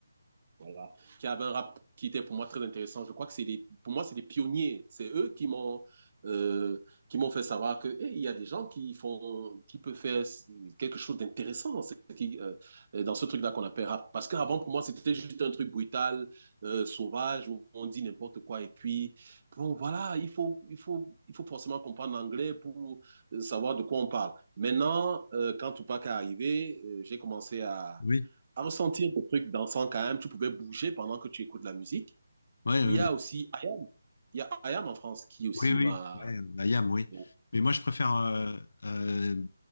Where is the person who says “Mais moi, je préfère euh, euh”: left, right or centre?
Left